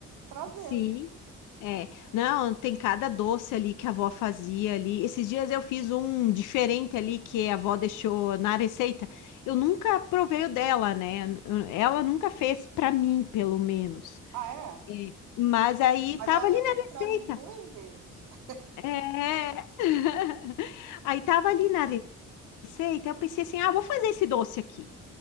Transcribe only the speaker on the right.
para ver.
Ah, é?
Mas
ela
já fez
para mim duas vezes. <laughs>